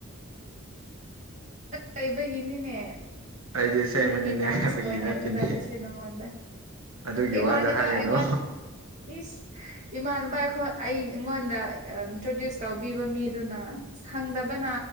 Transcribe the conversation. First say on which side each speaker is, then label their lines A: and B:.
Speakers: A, on the right; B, on the right.
A: ꯀꯩꯕꯒꯤ ꯏꯅꯤꯅꯦ
B: ꯑꯩꯗꯤ ꯑꯁꯦꯡꯕꯅꯤꯅꯦ
A: ꯑꯩꯒꯤ ꯇꯥꯁ
B: ꯐꯥꯒꯤ
A: ꯂꯣꯏ ꯍꯪꯒꯗꯕꯁꯦ
B: ꯅꯠꯇꯦꯅꯦ
A: ꯅꯉꯣꯟꯗ
B: ꯑꯗꯨꯒꯤ
A: ꯏꯃꯥꯟꯅꯕ
B: ꯋꯥꯗꯣ ꯍꯥꯏꯒꯅꯣ
A: ꯑꯩꯉꯣꯟ ꯏꯁ ꯏꯃꯥꯟꯅꯕ ꯑꯩꯈꯣꯏ ꯑꯩ ꯑꯩꯉꯣꯟꯗ ꯏꯟꯇ꯭ꯔꯣꯗ꯭ꯌꯨꯁ ꯇꯧꯕꯤꯕ ꯃꯤꯗꯨꯅ ꯁꯪꯗꯕꯅ